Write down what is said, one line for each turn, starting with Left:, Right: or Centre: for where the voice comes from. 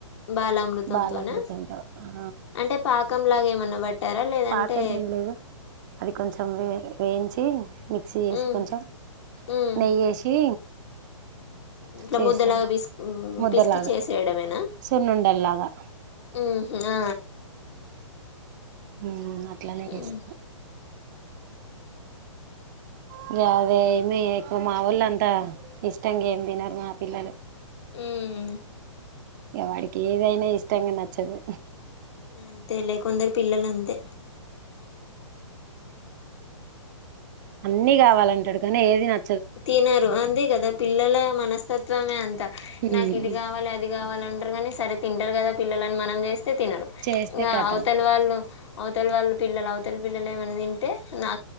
Left: బాలామృతంతోనా
Right: బాల అమృతంతో ఆ
Left: అంటే పా పుక్కం లాగా ఏమన్నా పట్టారా లేదంటే
Right: పాకం ఏం లేదు అది కొంచెం వే వేయించి మిక్సీ చేసి
Left: ఉమ్
Right: కొంచెం
Left: ఉమ్
Right: నెయ్యేసి
Left: ఇట్లా
Right: చేశాను
Left: ముద్దలాగా పిస్
Right: ముద్దలాగా
Left: పిస్కి చేసేయడమేనా
Right: సున్నుండల్లాగా
Left: ఉమ్ హా
Right: హు అట్లనే చేస్త
Left: ఉమ్
Right: అదే అదే ఏమి ఎక్కువ మాఊళ్ళు అంతా ఇష్ట ఇష్టంగ ఏం తినరు మా పిల్లలు
Left: ఉమ్
Right: ఇక వాడికి ఏదైనా ఇష్టంగా నచ్చదు
Left: అంతే కొందరు పిల్లలు అంతే
Right: అన్ని కావాలంటాడు కానీ ఏది న
Left: తినరు అంతే కదా పిల్లల మనస్తత్వమే అంత
Right: ఉమ్
Left: నాకు ఇది కావాలి అది కావాలి తింటారు కానీ సరే తింటారు కదా పిల్లలని మనం చేస్తే తినరు
Right: చేస్తే
Left: ఇంకా
Right: కతం
Left: అవతలి వాళ్ళు అవతల వాళ్ళ పిల్లలు అవతల పిల్లలు ఏమనా తింటే నా